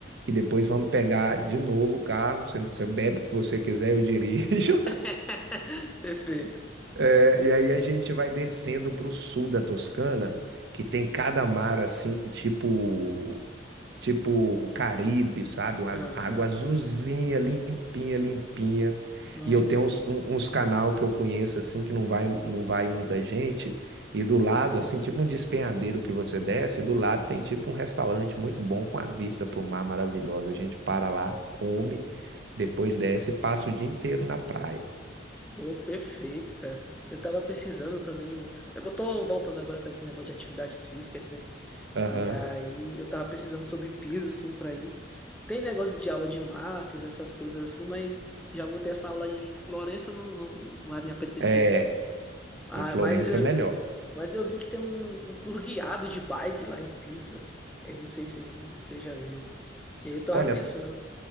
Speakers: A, on the right; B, in the centre.
A: e depois vamos pegar de novo o carro. Você, você bebe o que você quiser, eu <laughs> dirijo.
B: <laughs> Perfeito.
A: É, e aí a gente vai descendo para o sul da Toscana, que tem cada mar assim, tipo tipo Caribe, sabe? Uma
B: Aham.
A: az- água azulzinha, limpinha, limpinha.
B: Nossa,
A: E eu tenho uns, um- uns canal que eu conheço assim que não vai não vai muita gente. E do lado assim, tipo um despenhadeiro que você desce, e do lado tem tipo um restaurante muito bom com a vista para o mar maravilhosa. A gente para lá, come, depois desce e passa o dia inteiro na praia.
B: pô, perfeito, cara. Eu tava pesquisando também. o- Eu tô voltando agora com esse negócio de atividades físicas, né?
A: Aham.
B: E aí eu tava pesquisando sobre piso, assim, pra ir. Tem negócio de aula de massas, essas coisas assim, mas já vou ter essa aula em Florença, não, não vai me apetecer
A: É.
B: muito. Ah,
A: Em Florença
B: mas eu,
A: é melhor.
B: mas eu vi que tem um, um tour guiado de bike lá em Pisa. Eu não sei se você já viu. E aí eu tava
A: Olha,
B: pensando.